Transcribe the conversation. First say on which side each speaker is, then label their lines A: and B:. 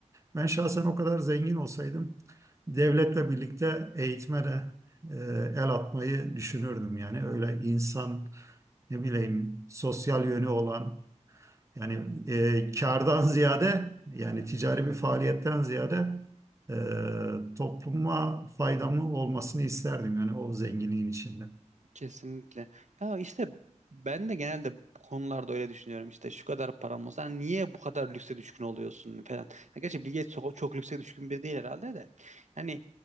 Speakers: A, on the right; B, on the right.
A: Ben şahsen o kadar zengin olsaydım devletle birlikte eğitime de e, el atmayı düşünürdüm. Yani öyle insan ne bileyim sosyal yönü olan yani e, kardan ziyade yani ticari bir faaliyetten ziyade e, topluma faydamı olmasını isterdim yani o zenginliğin içinde.
B: Kesinlikle. Ya işte ben de genelde bu konularda öyle düşünüyorum. İşte şu kadar param olsa hani niye bu kadar lükse düşkün oluyorsun falan. Ya gerçi Bill Gates çok, çok lükse düşkün biri değil herhalde de. Yani